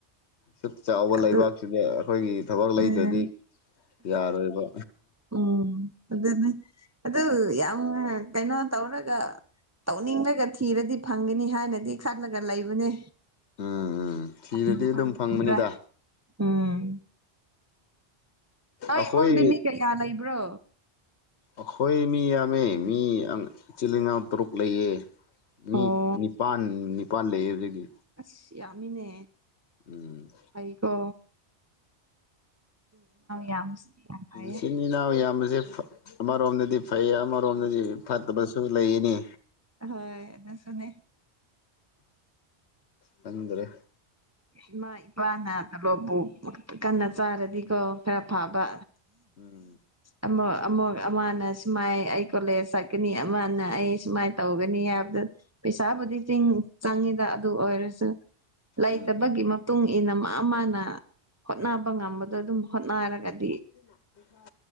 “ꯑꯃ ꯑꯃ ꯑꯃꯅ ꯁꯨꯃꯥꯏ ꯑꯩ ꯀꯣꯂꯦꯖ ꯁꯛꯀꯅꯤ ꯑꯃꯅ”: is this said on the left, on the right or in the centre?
Right